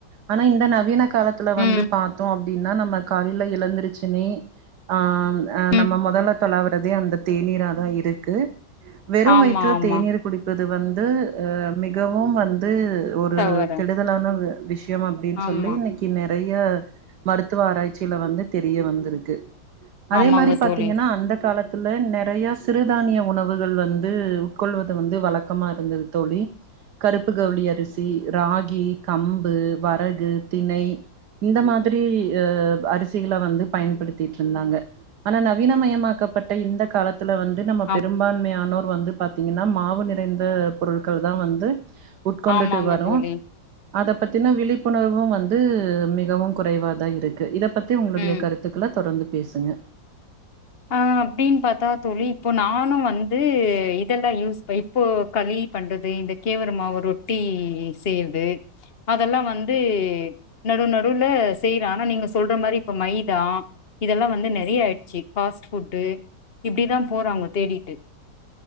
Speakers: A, on the right; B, on the left.
A: ஆனா இந்த நவீன காலத்துல
B: ம்
A: வந்து பாத்தோ அப்டின்னா நம்ம காலைல எழந்தருச்சுன்னே ஆ அ
B: ம்
A: நம்ம மொதல்ல தொளாவுறதே அந்த தேநீரதா இருக்கு வெறு
B: ஆமா
A: வயிற்ற
B: ஆமா
A: தேநீர் குடிப்பது வந்து அ மிகவும் வந்து ஒரு
B: தவறு
A: கெடுதலான விஷயம் அப்டின்
B: ஆமா
A: சொல்லி இன்னைக்கி நெறைய மருத்துவ ஆராய்ச்சியில வந்து தெரிய வந்துருக்கு அதே
B: ஆமாங்க
A: மாரி பாத்தீங்கன்னா
B: தோழி
A: அந்த காலத் துல நெறையா சிறுதானிய உணவுகள் வந்து உட்கொள்வது வந்து வழக்கமா இருந்தது தோழி கருப்பு கவுளி அரிசி ராகி கம்பு வரகு தினை இந்த மாதிரி அ அரிசிகள வந்து பயன்படுத்திட்ருந்தாங்க ஆனா நவீனமயமாக்கப்பட்ட இந்த காலத் த்துல வந்து நம்ம
B: ஆ
A: பெரும்பான்மையானோர் வந்து பாத்தீங்கன்னா மாவு நிறைந்த பொருட்கள்தா வந்து உட்கொண்டுட்டு
B: ஆமாங்க
A: வரோ
B: தோழி
A: அத பத்தின விழிப்புணர்வு வந்து மிகவு குறைவாதா இருக்கு இத பத்தி உங்களுடைய
B: ம்
A: கருத் த்துக்கள தொடர்ந்து பேசுங்க
B: அ அப்டின் பாத்தா தோழி இப்போ நானு வந்து இதெல்லா யூஸ் ப் இப்போ களி பண்றது இந்த கேவுரு மாவு ரொட்டி செய்றது அதெல்லா வந்து நடுநடுல செய்றே ஆனா நீங்க சொல்ற மாரி இப்ப மைதா இதெல்லா வந்து நெறைய ஆய்டுச்சு ஃபாஸ்ட் ஃபுட்டு இப்டிதா போறாங்க தேடிட்டு